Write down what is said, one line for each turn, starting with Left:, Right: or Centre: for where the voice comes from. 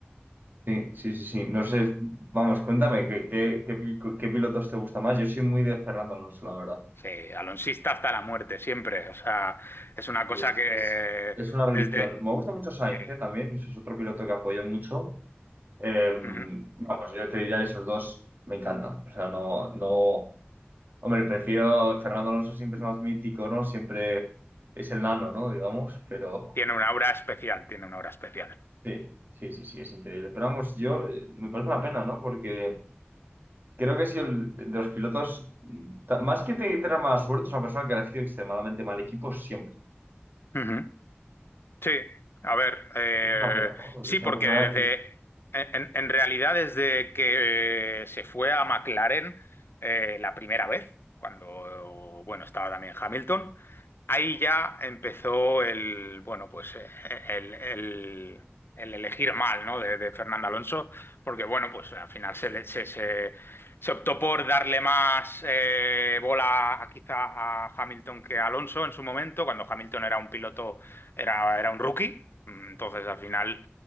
Right: sí, sí, sí, sí. No sé, vamos, cuéntame, ¿qué, qué, qué pi- qué pilotos te gusta más? Yo soy muy de Fernando Alonso, la verdad.
Left: Sí, alonsista hasta la muerte, siempre. O sea, es una
Right: Sí,
Left: cosa
Right: es,
Left: que
Right: es- es una religión.
Left: desde...
Right: Me gusta mucho Sainz,
Left: sí,
Right: eh, también. Ese es otro piloto que apoyo mucho. Em,
Left: ujú.
Right: vamos, yo te diría esos dos me encantan. O sea, no, no. Hombre, prefiero Fernando Alonso siempre es más mítico, ¿no? Siempre es el nano, ¿no? Digamos, pero
Left: Tiene una aura especial, tiene una aura especial.
Right: sí, sí, sí, sí, es increíble. Pero vamos, yo eh, me parece una pena, ¿no? Porque creo que si el, de los pilotos, ta- más que te- tener mala suerte, es una persona que ha elegido extremadamente mal equipo siempre.
Left: Ujú. Sí, a ver, eh,
Right: Es una pena, ¿no?
Left: sí,
Right: Es una
Left: porque
Right: persona,
Left: desde,
Right: es,
Left: en, en realidad desde que se fue a McLaren eh, la primera vez, cuando, bueno, estaba también Hamilton, ahí ya empezó el, bueno, pues eh, el, el- el elegir mal, ¿no? De, de Fernando Alonso, porque, bueno, pues al final se, le- se, se- se optó por darle más eh, bola a- quizá a Hamilton que a Alonso en su momento, cuando Hamilton era un piloto era, era un rookie, mm, entonces al final,